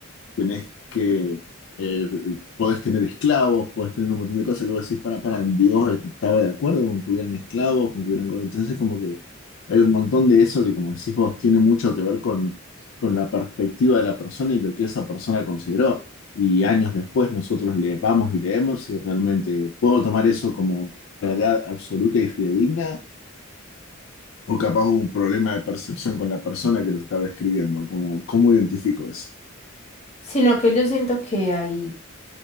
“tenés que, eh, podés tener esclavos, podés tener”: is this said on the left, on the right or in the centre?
Left